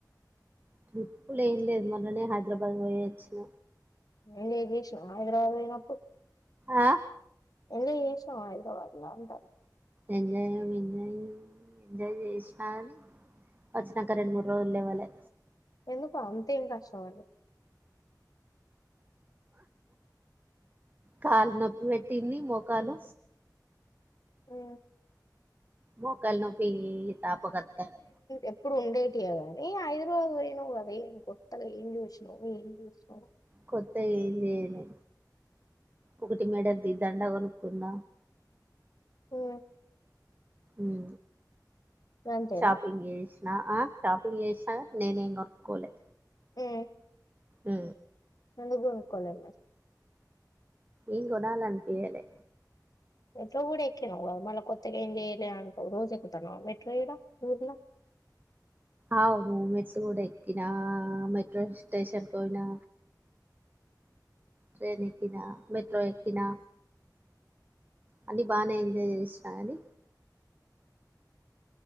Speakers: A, on the right; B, on the left.
A: ట్రిప్పులు ఏం లేదు మొన్ననే హైదరాబాద్ పోయి వచ్చిన
B: <unintelligible> హైదరాబాద్ పోయినప్పుడు
A: ఆ
B: ఎంజాయ్ చేసినవా హైదరాబాద్ ల అంటానా
A: ఎంజాయ్ ఏం ఎంజాయ్ ఎంజాయ్ చేసినని వచ్చినంక రొండు మూడు రోజలు లేవలే
B: ఎందుకో అంత ఏం కష్టపడ్డావ్
A: కాలు నొప్పి పెట్టింది మోకాలు
B: ఉ
A: మోకాలు
B: <unintelligible>
A: నొప్పి తాపకత్తాంది
B: ఎప్పుడు ఉండేటియ గాని హైదరాబాద్ పోయినవ్ కదా ఏమ్ కొత్తగా ఏం చూసినవ్ ఏం చూసినావు
A: కొత్తగా ఏం చేయాలె ఒకటి మేడది దండ కొ నుకున్న
B: ఉ
A: ఉ
B: గంతేనా
A: షాపింగ్ చేసి నా ఆ షాపింగ్ చేసిన నేనేం కొనుకోలే
B: ఉ
A: ఉ
B: ఎందుకు కొనుక్కోలే మరి
A: ఏమ్ కొనాలనిపియ్యలే
B: మెట్రో కూడా ఎక్కినవు కదా మళ్ళా కొత్తగా ఏం చేయలే అంటావ్ రోజు ఎక్కుతానవా మెట్రో ఇడ ఊర్లా
A: అవును మెట్టుకూడా ఎక్కినా మెట్రో స్టేషన్ పోయినా ట్రెయిన్ ఎక్కినా మెట్రో ఎక్కినా అన్ని బానే ఎంజాయ్ చేసినా కానీ